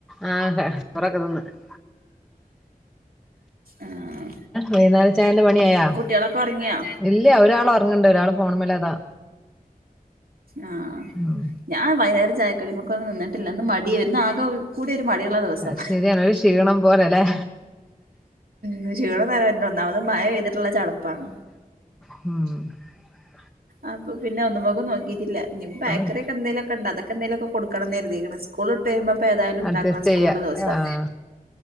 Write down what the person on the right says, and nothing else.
ആഹ്
കുട്ട്യാളൊക്കെ ഒറങ്ങിയോ
ആഹ്
ഞാൻ വൈന്നേരം ചായക്കഴിയുമ്പൊക്കെന്ന് നിന്നിട്ടില്ല ഇന്ന് മടി വന്ന് ആകെ കൂടി. ഒരു മടിയുള്ള ദിവസം
മ് ക്ഷീണൊന്നലാ ഇത് ഒന്നാമത് മഴ പെയ്തിട്ടുള്ള ചടപ്പാണ്.
അപ്പൊ പിന്നെ ഒന്നുമക്കും നോക്കിട്ടില്ല ബേക്കറിയൊകെന്തേലൊക്കെണ്ടാനെ.
എന്തങ്കിലൊക്ക കൊടുക്കണം എന്ന് ക രുതിക് ണ് സ് കൂൾ ഇട്ടരു മ്പം ഇപ്പൊ ഏതായാലും ഉണ്ടാക്കണം
സ്കൂളില
ദിവസം